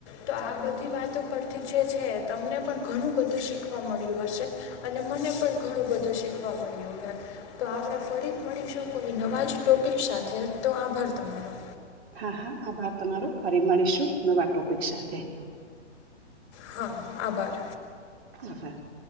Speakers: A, on the left; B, on the right.
A: તો આ બધી વાતો પર થી જે છે. તમને પણ ઘણું બધું શીખવા મળ્યું હશે અને મને પણ ઘણું બધું શીખવા મળ્યું. હ મળું <unintelligible> તો આપણે ફરી મળીશું કોઈ નવા જ ટોપિક સાથે તો આભાર તમારો
B: હા હા આભાર તમારો ફરી મળીશું નવા ટોપિક સાથે
A: હા આભાર
B: હ સર <unintelligible>